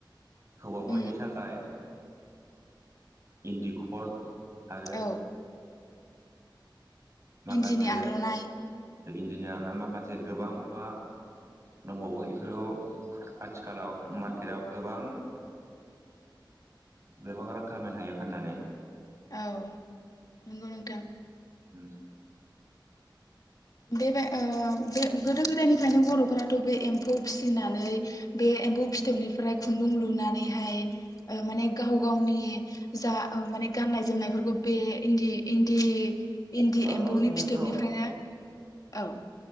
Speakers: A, on the right (about 35°); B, on the left (about 45°).
A: हौवाफोरनि
B: उम
A: थाखाय इन्दिख'द आरो
B: औ
A: माखासे
B: इन्दिनि आर'नाइ
A: इन्दिनि आरनाइ माखासे गोबां मुवा दंबावो इफोरखौ आथिखालाव मार्केटाव गोबां गोबां रां खामायनो हायो फाननानै।
B: औ नंगौ नोंथां।
A: उम
B: बेबाय ओ बे गोदो गोदायनिफ्रायनो बर'फोराथ बे एम्फौ फिसिनानै बे एम्फौ फिथोबनिफ्राय खुन्दुं लुनानैहाय ओ माने गाव गावनि जा ओ माने गाननाय जोमनायफोरखौ बे इन्दि इन्दि <unintelligible> इन्दि
A: ओ
B: एम्फौनि
A: दस मिनिट
B: फिथोबनिफ्रायनो
A: र'
B: ओव